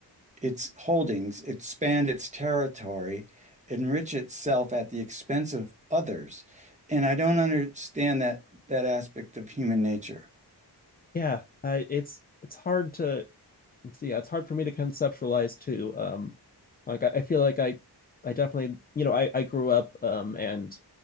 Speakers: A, on the right; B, on the left.
A: its holdings, expand its territory, enrich itself at the expense of others. And I don't understand that that aspect of human nature.
B: yeah, I, it's it's hard to see. Yeah, it's hard for me to conceptualize too. Um, like I, I feel like I I definitely, you know, I I grew up um and